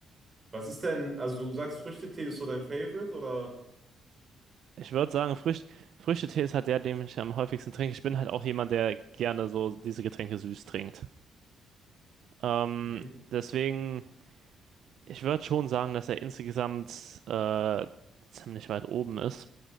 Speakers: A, on the right (about 35°); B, on the right (about 70°).
A: Was ist denn, also du sagst, Früchtetee ist so dein Favorite oder?
B: Ich würde sagen, Frücht, Früchtetee ist halt der, den ich am häufigsten trinke. Ich bin halt auch jemand, der gerne so diese Getränke süß trinkt. Ähm,
A: Mhm.
B: deswegen, ich würde schon sagen, dass er insgesamt äh, ziemlich weit oben ist.